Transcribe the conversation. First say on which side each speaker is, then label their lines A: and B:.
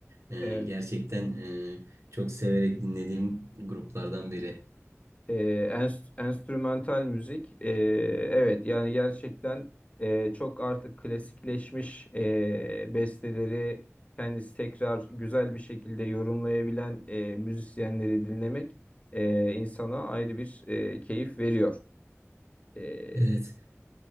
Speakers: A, on the right; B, on the left.
A: E,
B: Evet.
A: gerçekten e, çok severek dinlediğim gruplardan biri.
B: E, enst- enstrümantal müzik e, evet yani gerçekten e, çok artık klasikleşmiş e, besteleri kendisi tekrar güzel bir şekilde yorumlayabilen e, müzisyenleri dinlemek e, insana ayrı bir e, keyif veriyor. E,
A: Evet.